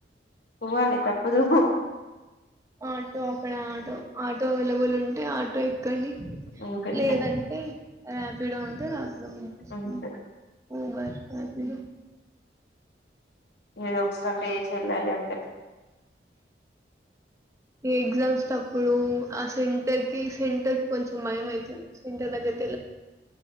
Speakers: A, on the left; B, on the right.
A: పోవాలి తప్పదు.
B: ఆటో అక్కడ ఆటో ఆటో అవైలబుల్ ఉంటే ఆటో ఎక్కండి
A: అంతే
B: లేదంటే ర్యాపిడో ఉంటే బుక్ చేసుకోండి.
A: అంతే
B: ఊబర్ రాపిడో
A: ఏదొక స్టాంటే చేసిన వేల్లాలి అంతే
B: ఎగ్జామ్స్ టప్పుడూ ఆ సెంటర్ కీ సెంటర్ కి కొంచెం భయం అయితది. సెంటర్ దగ్గరకి